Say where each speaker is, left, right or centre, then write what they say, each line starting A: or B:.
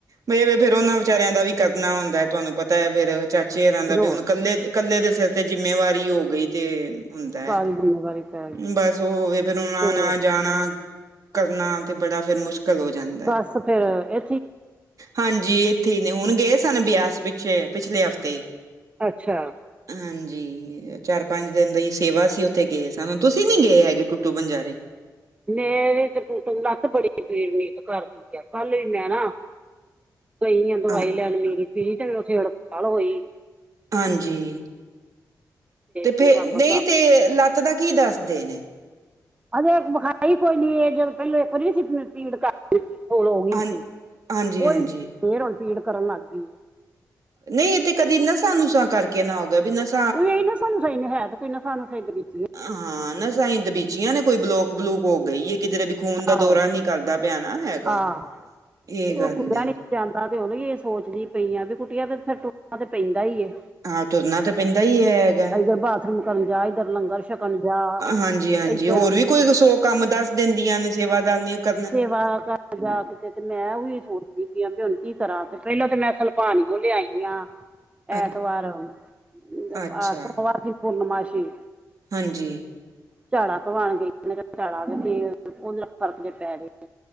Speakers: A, on the right; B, on the right.
A: ਮੇ ਫੇਰ ਔਨਾਂ ਵਿਚਾਰਿਆਂ ਦਾ ਵੀ ਕਰਨਾ ਹੁੰਦਾ, ਤੁਆਨੂੰ ਪਤਾ ਹੈ, ਫਿਰ 'ਚ ਚੇ ਹੋਨਾ ਦਾ, ਤੇ
B: ਹੋਰ
A: ਹੁਣ ਕੱਲੇ-ਕੱਲੇ ਦੇ ਸੇਰ ਤੇ ਜਿੰਮੇਵਾਰੀ ਹੋ ਗਈ ਤੇ ਹੁੰਦਾ
B: ਸਾਰੀ
A: ਐ,
B: ਜਿੰਮੇਵਾਰੀ ਪੈ ਗਈ
A: ਬਸ ਔ ਹੋਵੇ ਫੇਰ ਆਣਾ
B: ਤੇ
A: ਜਾਣਾ ਕਰਨਾ, ਤੇ ਬੜਾ ਫੇਰ ਮੁਸ਼ਕ ਕਲ ਹੋ ਜਾਂਦ
B: ਬਸ ਫੇਰ ਏ
A: ਹਾਂਜੀ, ਏੱਥੇ ਹੀ ਨੇ ਹੁਣ ਗਏ ਸਨ, ਬਿਆਸ ਪਿੱਛੇ ਪਿਛਲੇ ਹਫ਼ਤੇ।
B: ਅੱਛਾ।
A: ਹਾਂਜੀ, ਚਾਰ-ਪੰਜ ਦਿਨ ਦਾ ਈ ਸੇਵਾ ਸੀ ਉੱਥੇ ਗਏ ਸਨ, ਤੁਸੀਂ ਨੀ ਗਏ ਹੈਗੇ, ਕੁੁੱਟੂ ਬੰਜਾਰੇ।
B: ਮੇਰੀ ਤੇ ਤੂੰ ਤ ਲੱਤ ਬੜੀ ਪੀੜ ਬੜੀ ਨੀ ਕਰਦੀ ਐ, ਕੱਲ ਵੀ ਮੈਂ ਨਾ ਗਈ ਆ, ਦਵਾਈ
A: ਹਾਂ
B: ਲੈਣ ਮੀਰੀ-ਪੀਰੀ, ਤੇ ਔਥੇ ਹੜਤਾਲ ਹੋਈ।
A: ਹਾਂਜੀ, ਤੇ
B: ਫੇਰ
A: ਫੇ
B: ਵਾਪਸ
A: ਨਈ,
B: ਆ
A: ਤੇ ਲੱਤ ਦਾ ਕੀ ਦੱਸਦੇ ਨੇ?
B: ਹਜੇ, ਵਖਾਈ ਕੋਈ ਨੀ, ਏ ਜਦੋਂ ਪੈਲੋ ਏੱਕ ਵਾਰੀ ਨੀ ਸੀ ਪੀੜ ਕਰ <unintelligible> ਹੋ ਗਈ
A: ਹਾਂ
B: ਸੀ,
A: ਹਾਂਜੀ
B: ਔਹੀ
A: ਹਾਂਜੀ
B: ਫੇਰ ਹੁਣ ਪੀੜ ਕਰਨ ਲੱਗ ਗੀ।
A: ਨਈ ਏ, ਤੇ ਕਦੀ ਨਸਾਂ-ਨੁਸਾ ਕਰਕੇ ਨਾ ਹੋ ਗਿਆ। ਵੀ ਨਸ
B: ਔਈ ਨਾ ਨਸਾ-ਨੁਸਾ ਈ ਨੇ ਹੈ, ਤੇ ਫੇਰ ਨਸਾ-ਨੁਸਾ ਦੇ ਵਿੱਚ ਈਏ।
A: ਹਾਂ, ਨਸਾ ਈ ਦਬੀਚੀਆਂ ਨੇ ਕੋਈ ਬਲੋਕ-ਬਲੂਕ ਹੋ ਗਈਏ ਕਿਧਰੇ ਖੂਨ ਦਾ
B: ਆਹੋ
A: ਦੌਰਾ ਨੀ ਕਰਦਾ ਪਿਆ ਨਾ ਹੈਗਾ,
B: ਆ
A: ਏ
B: ਤੇ ਉਹ
A: ਗੱਲ
B: ਤੁਰਿਆ
A: ਏ।
B: ਨਹੀਂ ਜਾਂਦਾ ਤੇ ਔਦੌ ਏ ਸੋਚਦੀ ਪਈਆਂ ਵੀ ਕੁਟੀਆਂ, ਤੇ ਫੇਰ ਤੁੱਰਣਾ ਤੇ ਪੈਂਦਾ ਈ ਏ।
A: ਹਾਂ ਤੁਰਨਾ ਤਾਂ ਪੈਂਦਾ ਈ ਹੈ ਹੈਗਾ,
B: ਇੱਧਰ ਬਾਥਰੂਮ ਕਰਨ ਜਾ ਇੱਧਰ ਲੰਗਰ ਛਕਣ ਜਾ
A: ਹਾਂਜੀ। ਜੀ ਹਾਂਜੀ,
B: ਇੱਧਰ
A: ਹੋਰ ਵੀ ਕੋਈ ਸੌ ਕੰਮ ਦੱਸ ਦਿੰਦੀਆਂ ਨੇ ਸੇਵਾਦਾਰਨੀਆਂ, ਕਰਨਾ ਐ
B: ਜਵਾਕ ਆਂ ਜਵਾਕ ਕਿਤੇ ਤੇ ਮੈਂ ਔਈ ਸੋਚਦੀ ਪੀਆਂ ਵੀ ਹੁਣ ਕੀ ਕਰਾਂ, ਤੇ ਪੈਲੋ ਤੇ ਮੈਂ ਸਲਪਾਨਔ ਲਿਆਈ ਯਾਂ।
A: <inaudible>
B: ਐਤਵਾਰ, ਆਂ
A: ਅੱਛਾ,
B: ਸੋਮਵਾਰ ਦੀ ਪੂਰਨਮਾਸ਼ੀ।
A: ਹਾਂਜੀ।
B: ਝਾੜੲ ਕਰਵਾਣ ਗਈ ਸੀ, ਮੈਂ ਕਿਆ ਚਾੜਾ ਤੇ <unintelligible> ਔਦੇ ਨਾਲ ਫਰਕ ਜੇ ਪੈਜੇ।